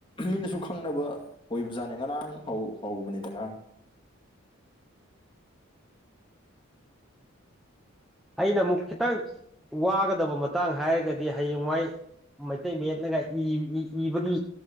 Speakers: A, on the left; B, in the centre.
A: ꯃꯤꯅꯁꯨ ꯈꯪꯅꯕ ꯑꯣꯏꯕꯖꯥꯠꯅꯤ ꯉꯔꯥꯡ ꯍꯧꯕꯅꯤꯗ ꯉꯔꯥꯡ
B: <inaudible> ꯑꯩꯅ ꯑꯃꯨꯛ ꯈꯤꯇꯪ ꯋꯥꯒꯗꯕ ꯃꯇꯥꯡ ꯍꯥꯏꯔꯒꯗꯤ ꯍꯌꯦꯡꯋꯥꯏ ꯃꯩꯇꯩ ꯃꯌꯦꯛꯅꯒ ꯏ ꯏ ꯏꯕꯒꯤ